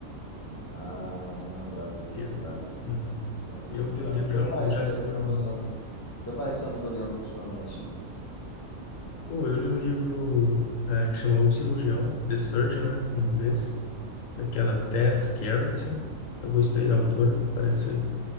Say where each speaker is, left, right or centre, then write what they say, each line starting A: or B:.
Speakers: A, on the left; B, on the left.
A: Ah, eu não lembrava desse
B: E
A: detalhe.
B: Eu, é,
A: Realmente
B: eu
A: lembrava.
B: vi o livro,
A: O que
B: já,
A: mais
B: eu já
A: você
B: li,
A: você
B: eu
A: andou lendo? O que mais você andou lendo ultimamente?
B: Pô, eu li um livro é, que chama O Cirurgião, The Surgeon, né, em inglês, daquela
A: Uhum,
B: Tess Gerritsen. Eu gostei da autora, parece